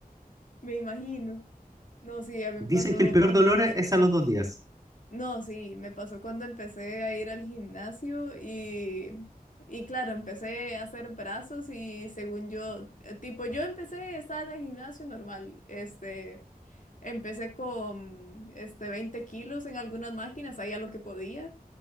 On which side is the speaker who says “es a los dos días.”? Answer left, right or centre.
Right